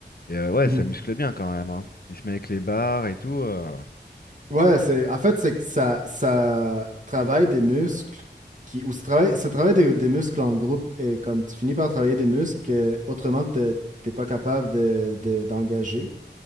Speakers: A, on the left; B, on the right.
A: Et euh, ouais,
B: Mhm.
A: ça muscle bien quand même. hein. Il se met avec les barres et tout. euh.
B: Ouais, c'est, en fait, c'est que ça, ça travaille des muscles qui, ou ça travaille, ça travaille des, des muscles en groupe et comme tu finis par travailler des muscles que autrement, t'es t'es pas capable de, de- d'engager.